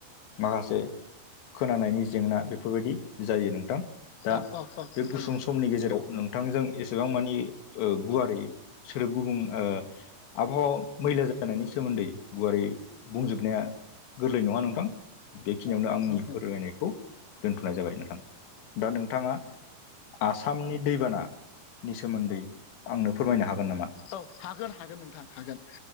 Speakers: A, on the left; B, on the left.
A: माखासे खोनानायनि जेंना बेफोरबायदि जायो नोंथां
B: औ
A: दा
B: औ नोंथां औ
A: बे गुसुं
B: औ नोंथां औ
A: समनि गेजेराव नोंथांजों एसेबां मानि गुवारै सोदोब गुबुं आबहावा मैला जानायनि सोमोन्दै गुवारै बुंजोबनाया गोरलै नङा नोंथां बेखिनियावनो आंनि
B: औ
A: फोरमायनायखौ दोन्थ'नाय जाबाय नोंथां दा नोंथाङा आसामनि दैबानानि सोमोन्दै आंनो फोरमायनो हागोन नामा
B: औ हागोन हागोन नोंथां हागोन